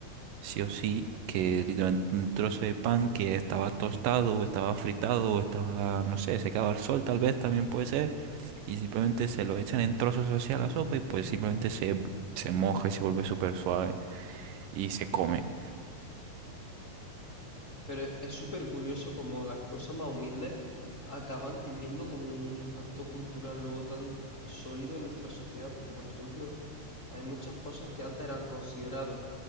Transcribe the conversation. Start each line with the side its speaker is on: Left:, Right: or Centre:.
Right: sí o sí, que literalmente un trozo de pan que estaba tostado o estaba fritado o estaba, no sé, secado al sol tal vez también puede ser, y simplemente se lo echan en trozos hacia la sopa y pues simplemente se, se moja y se vuelve súper suave y se come.
Left: Pero e- es súper curioso como las cosas más humildes acaban teniendo como un impacto cultural luego tan sólido en nuestra sociedad, porque por ejemplo... Hay muchas cosas que antes eran consideradas